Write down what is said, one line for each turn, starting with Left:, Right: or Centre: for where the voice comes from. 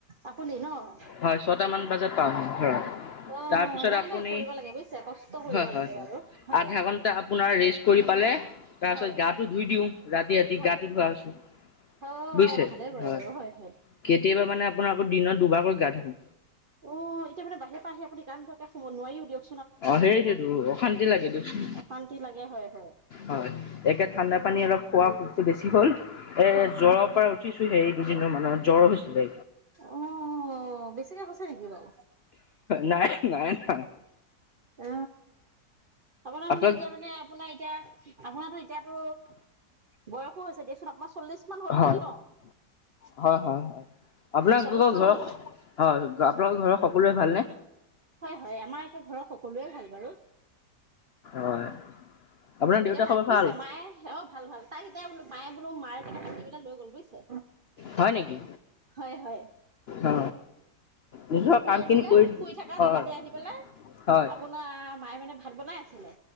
Right: আপুনি ন
Left: হয় ছটা মান বাজাত পাওঁহি হয়।
Right: অ',
Left: তাৰপিছত
Right: নাই
Left: আপুনি
Right: নাই কৰিব লাগে বুজিছে কষ্ট কৰিব
Left: হয়, হয়।
Right: লাগে বাৰু। হয়।
Left: আধা ঘন্টা আপোনাৰ ৰেষ্ট কৰি পালে, তাৰপিছত
Right: হয়,
Left: গাত ৰাতি ৰাতি
Right: হয়,
Left: গাটো ধোৱা হৈছোঁ।
Right: অ',
Left: বুইছে,
Right: ভালে কৰে
Left: হয়।
Right: বাৰু হয়।
Left: কেত <unintelligible> মানে আপোনাৰ আকৌ দিনত দুবাৰকৈ গা ধু।
Right: অ', এতিয়া মানে বাহিৰৰ পা আহি আপুনি গা নোধোৱাকে শুব নোৱাৰিও দিয়ক।
Left: অ', সেইটোৱেটো অশান্তি লাগে দিয়কচোন।
Right: অশান্তি লাগে হয়, হয়,
Left: হয় একে ঠাণ্ডা পানী অলপ খোৱাকু বেছি হ'ল এ,
Right: হয়,
Left: জ্বৰৰ পাৰা উঠিছোহে এই দুদিনৰ মানৰ জ্বৰ হৈছিলে।
Right: অ', বেছিকে হৈছে নেকি বাৰু?
Left: নাই, নাই, নাই।
Right: অ', আপোনাৰ
Left: আপোনাক
Right: মানে এতিয়া মানে আপোনাৰ এতিয়া আপোনাৰটো এতিয়াতো বয়সো হৈছে, <unintelligible> হ'ল
Left: হ,
Right: নেকি ন?
Left: হয়, হয়, হয়। আপোনালো
Right: চল্লিশ
Left: <unintelligible>
Right: মান
Left: হয়।
Right: হ'ল
Left: আপোনালোকৰ ঘৰৰ সকলোৱে ভালনে?
Right: হয়, হয় আমাৰ এতিয়া ঘৰৰ সকলোৱে ভাল বাৰু।
Left: হয়। আপোনাৰ দেউতাৰ
Right: এতিয়া তাক
Left: খবৰ
Right: <unintelligible>
Left: ভাল
Right: চেমায় অ', ভাল ভাল পাৰি <unintelligible> বোলো মায়ে বোলো মাৰ <inaudible> তা, লৈ গল বুইছে।
Left: হয় নেকি
Right: হয়, হয়।
Left: অ নিজৰ
Right: শুই
Left: কামখিনি
Right: আছিলে।
Left: কৰি
Right: শুই থাকা
Left: হয়
Right: জেগাতে আহি পেলাই
Left: হয়
Right: আপোনাম মায়ে মানে ভাত বনাই আছিলে